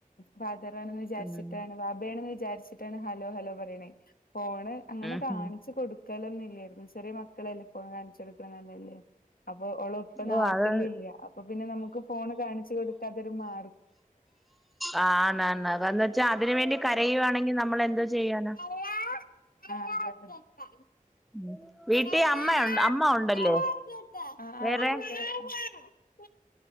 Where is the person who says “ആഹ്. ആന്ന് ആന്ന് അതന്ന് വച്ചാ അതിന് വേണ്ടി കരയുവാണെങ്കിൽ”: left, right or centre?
Centre